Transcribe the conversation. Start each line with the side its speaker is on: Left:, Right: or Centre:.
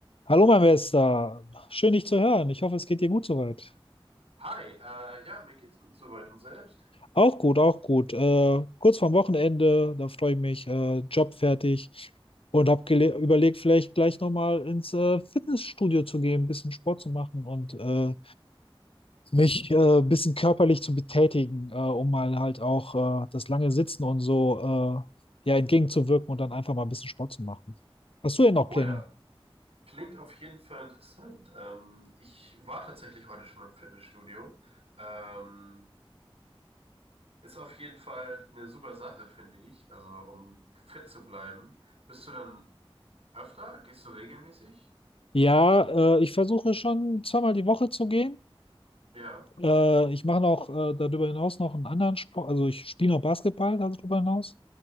Left: Hallo, mein Bester. Schön, dich zu hören. Ich hoffe, es geht dir gut soweit.
Right: Hi, äh, ja, mir geht's gut soweit und selbst.
Left: Auch gut, auch gut. Äh, kurz vorm Wochenende, da freue ich mich. Äh, Job fertig und habe überlegt, vielleicht gleich nochmal ins äh, Fitnessstudio zu gehen, ein bisschen Sport zu machen und äh, mich äh, ein bisschen körperlich zu betätigen, äh, um mal halt auch äh, das lange Sitzen und so äh, ja, entgegenzuwirken und dann einfach mal ein bisschen Sport zu machen. Hast du denn noch
Right: Oh
Left: Pläne?
Right: ja, klingt auf jeden Fall interessant. Ähm, ich war tatsächlich heute schon im Fitnessstudio. Ähm, ist auf jeden Fall eine super Sache, finde ich. Also, um fit zu bleiben. Bist du dann öfter? Gehst du regelmäßig?
Left: Ja, äh, ich versuche schon zweimal die Woche zu gehen.
Right: Ja.
Left: Äh, ich mache noch äh, darüber hinaus noch einen anderen Sport, also ich spiele noch Basketball darüber hinaus.